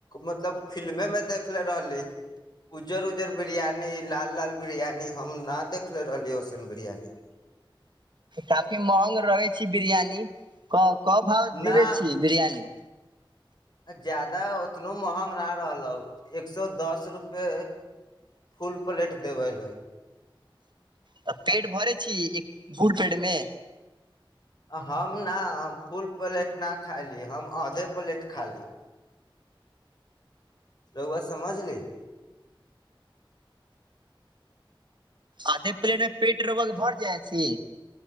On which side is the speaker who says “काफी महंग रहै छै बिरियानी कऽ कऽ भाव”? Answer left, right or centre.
Right